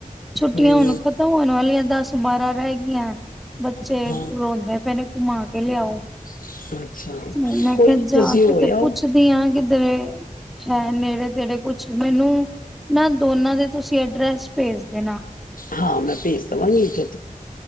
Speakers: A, in the centre; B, on the left.
A: ਛੁੱਟੀਆਂ
B: ਹਮ
A: ਹੁਣ ਖ਼ਤਮ ਹੋਣ ਵਾਲੀਆਂ ਦੱਸ ਬਾਰਾਂ ਰਹਿ ਗਈਆਂ। ਬੱਚੇ
B: ਹਾਂ
A: ਰੋਂਦੇ ਪੇਨੇ ਘੁਮਾ ਕ ਵੇਲੇ ਆੳ
B: <unintelligible> <inaudible>
A: ਮੈਂ
B: ਕੋਈ
A: ਕਿਹਾ
B: ਨੀ
A: ਜਾ
B: ਤੁਸੀਂ ਹੋ
A: ਕੇ ਤੇ
B: ਆਓ
A: ਪੁੱਛਦੀ ਹਾਂ, ਕਿਧਰੇ ਹੈ ਨੇੜੇ-ਤੇੜੇ ਕੁਛ ਮੈਨੂੰ ਨਾ ਦੋਨਾਂ ਦੇ ਤੁਸੀਂ ਅਡਰੈਸ ਭੇਜ ਦੇ ਨਾ।
B: ਹਾਂ ਮੈਂ ਭੇਜਦਵਾ ਗੀ ਲਿਖੇ।